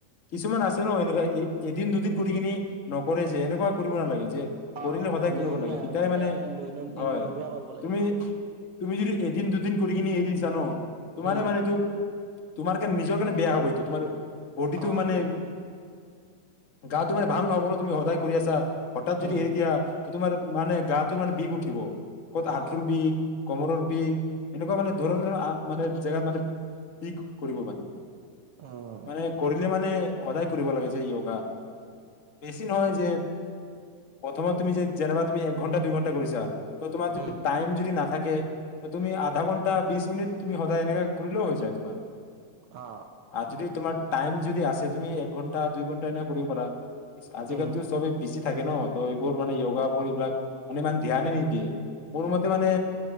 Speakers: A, on the left (about 65°); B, on the right (about 75°).
A: কিছুমান আছে ন এনেকুৱা এ এদিন দুদিন কৰি কিনি নকৰে যে এনেকুৱা কৰিব নালাগে যে। কৰিলে
B: অহ
A: সদায়
B: ' নিয়মীয়া
A: কৰিব লাগে তেতিয়াই
B: সদায়
A: মানে
B: দৈনন্দিন
A: হয়
B: নিয়মীয়া কৰিব লাগে।
A: তুমি তুমি যদি এদিন দুদিন কৰি কিনি এৰি দিছা ন তোমাৰে
B: উম
A: মানে তোমাৰ কাৰণে নিজৰ কাৰণে বেয়া হ'ব এইটো। তোমাৰ বডিটো
B: অ
A: মানে
B: সেইটো হয়
A: গা তোমাৰ ভাল নহ'ব ন তুমি সদায় কৰি আছা। হঠাৎ যদি
B: উম
A: এৰি দিয়া। তোমাৰ মানে গাটো মানে বিষ উঠিব। ক'ত আতৰু
B: অ
A: বি কমৰ বিষ এনেকুৱা মানে ধৰণৰ মানে জেগাত মানে কি কৰিব পাৰে।
B: উম
A: মানে কৰিলে মানে সদায় কৰিব লাগে যে য়োগা বেছি নহয় যে প্ৰথমত তুমি যে যেনেবা তুমি এক ঘন্টা দুইঘন্টা কৰিছা। ত' তোমাৰ যদি
B: উম
A: টাইম যদি নাথাকে। থাকে ত তুমি আধা ঘন্টা বিশ মিনিট তুমি সদায় এনেকে কলেও হৈ যায় তোমাৰ।
B: অ
A: আৰু যদি তোমাৰ টাইম যদি আছে। তুমি এক ঘণ্টা দুই ঘণ্টা এনে কৰিব পাৰা। আজিকালতো
B: উম
A: চবেই বিজি থাকে। ন ত এইবোৰ মানে যয়োগাবোৰ এইবিলাক মানে ইমান ধ্যানে নিদিয়ে মোৰ মতে মানে